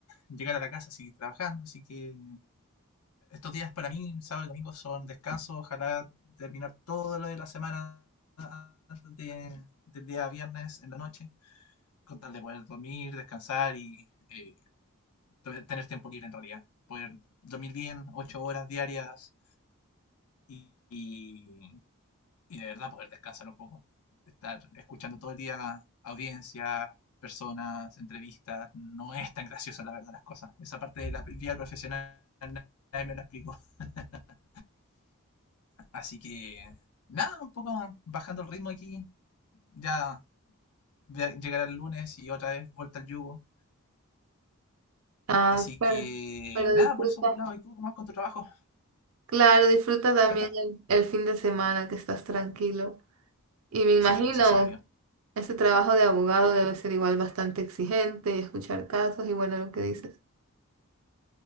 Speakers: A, on the left (about 80°); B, on the right (about 70°).
A: llegar a la casa, seguir trabajando, así que estos días para mí, sábado y domingo, son descanso. Ojalá terminar todo lo de la semana antes de- del día viernes en la noche, con tal de poder dormir, descansar y eh, to- tener tiempo libre en realidad. Poder dormir bien, ocho horas diarias y, y- y de verdad poder descansar un poco. Estar escuchando todo el día audiencia, personas, entrevistas, no es tan gracioso la verdad las cosas. Esa parte de la vida profesional nadie me la explicó. <laughs> Así que, nada, un poco bajando el ritmo aquí. Ya ve- llegará el lunes y otra vez vuelta al yugo.
B: Ah,
A: Así
B: claro.
A: que,
B: Pero
A: nada,
B: disfruta.
A: por eso por mi lado. ¿Y tú cómo vas con tu trabajo?
B: Claro, disfruta también
A: Cuéntame.
B: el, el fin de semana que estás tranquilo. Y me imagino,
A: Sí, es necesario.
B: ese trabajo de abogado debe ser igual bastante exigente y escuchar casos y bueno, lo que dices.